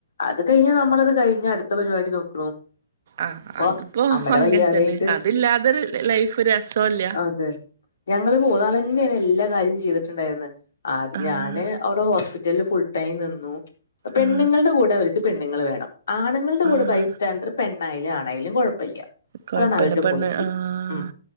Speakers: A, on the left; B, on the right.
A: അത് കഴിഞ്ഞ നമ്മളത് കഴിഞ്ഞഞ് അടുത്ത പരിപാടി നോക്കണു
B: ആഹ്
A: ഇപ്പൊ
B: അതിപ്പോ
A: അമ്മടെ
B: അങ്ങനെ
A: വയ്യാതായിട്ട്
B: തന്നെ അതില്ലാതൊരു ലൈഫ് രസവല്ല.
A: അത് ഞങ്ങള് മൂന്നാളെ അന്നെയാണ് എല്ലാ കാര്യം ചെയ്തിട്ടുണ്ടായിന്ന് ആ
B: ആഹ്.
A: ഞാന് അവിടെ ഹോസ്പിറ്റലില് ഫുൾ ടൈം നിന്നു പെണ്ണുങ്ങളുടെ
B: ആഹ്
A: കൂടെ അവർക്ക് പെണ്ണുങ്ങൾേവേണം ആണുങ്ങളുടെ കൂടെ
B: ആഹ്
A: ബൈസ്റ്റാൻഡേർഡ് പെണ്ണായാലും ആണായാലും കുഴപ്പല്ല
B: കൊഴപ്പല്ല
A: അതാണ് അവരുടെ
B: പെണ്ണ്
A: പൊളിസി
B: ആഹ്
A: ഉ-